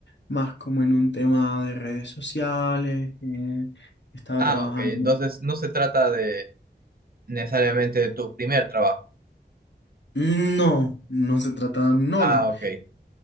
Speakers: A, on the left; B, on the right.
A: más como en un tema de redes sociales, eh, estaba
B: Ah,
A: trabajando.
B: ok. Entonces no se trata de necesariamente de tu primer trabajo.
A: No, no se trata, no,
B: Ah,
A: no,
B: ok.